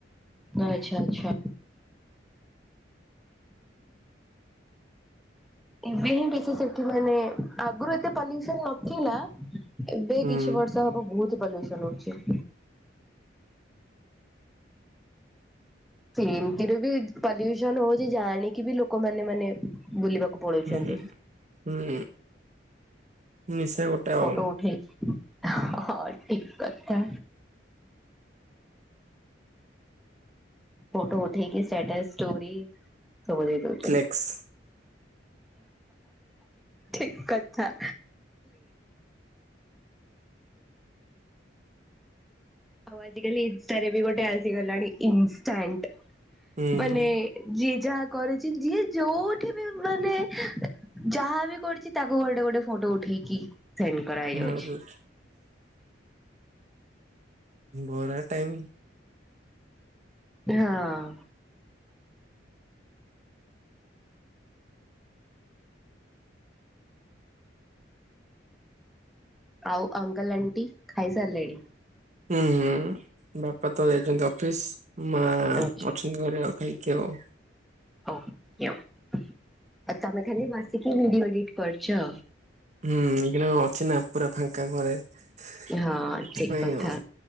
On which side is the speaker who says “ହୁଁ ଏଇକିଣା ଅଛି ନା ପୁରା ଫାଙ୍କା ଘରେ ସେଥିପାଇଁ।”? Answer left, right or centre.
Right